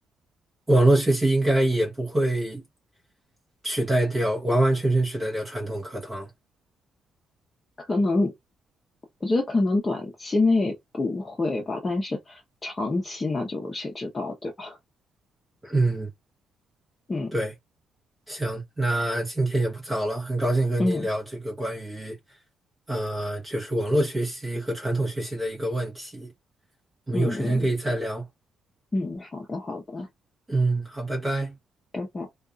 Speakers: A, on the right (about 15°); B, on the left (about 30°).
A: 网络学习应该也不会取代掉，完完全全取代掉传统课堂。
B: 可能我觉得可能短期内不会吧，但是长期那就谁知道，对吧？
A: 嗯，
B: 嗯
A: 对。行，那今天也不早了，很高兴和你聊这个关于，
B: 嗯。
A: 呃，就是网络学习和传统学习的一个问题。我们有时间可以再聊。
B: 嗯嗯嗯，好的好的，
A: 嗯，好，拜拜。
B: 拜拜。